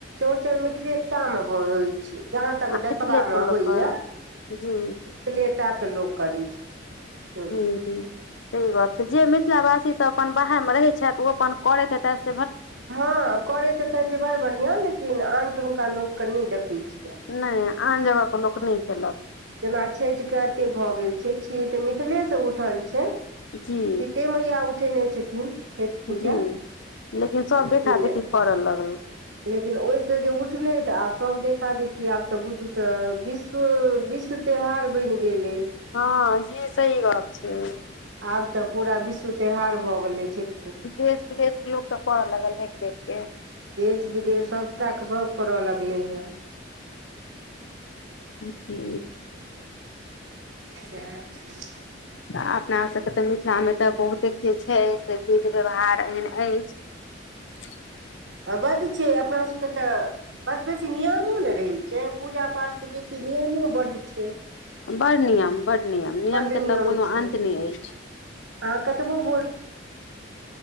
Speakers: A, on the right (about 70°); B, on the left (about 75°).
A: फेर मैथिले टा में छै जहाँ तक
B: आ मिथिले
A: देखबा
B: के
A: में अबैया
B: लोक करत
A: मीथीलेटा
B: जी
A: के लोक करै छै चौड़चन
B: हूं हूं सही बात जे मिथिला वासी सब अपन बाहरमें रहैत छथि ओ अपन करैत हेतेथ
A: हँ करैत त तै से बड़ बढ़िआँ लेकिन आन ठुनका लोककेँ नहि देखैत छी
B: नहि आन जगहके लोक नहि केलक
A: जेना छठि के एते भऽ गेल छै छीयै त मिथिले से उठल छै
B: जी
A: सीते मैया उठेने छथिन छैठ पूजा
B: जी लेकिन सब
A: लेकिन
B: देखा देखी करड़ऽ लगल
A: लेकिन ओहिसँ जे उठलै तऽ आब सभ देख देखा देखि आब तऽ बुझू तऽ विश्व विश्व त्योहार बनि गेल ए
B: हँ जे सही बात छै
A: आब तऽ पूरा विश्व त्योहार भए गेले छैठ
B: देश विदेशके लोकसभ कड़य लागल देखि देखि कऽ
A: देश विदेश सबटा सब करऽ लगले ये
B: जी
A: सएह छै
B: अपना सबके तऽ मिथिला मे तऽ बहुते जे छै से विध व्यवहार एहन अछि
A: बस छै अपना सबके तऽ बड बेसी नियमो ने रहैत छै पूजा पाठसँ बेसी नियमो बड छै
B: बर नियम बड़ नियम नियम
A: बड्ड
B: के तऽ कोनो
A: छै
B: अन्त नहि अछि
A: अहाँ कतबो भोर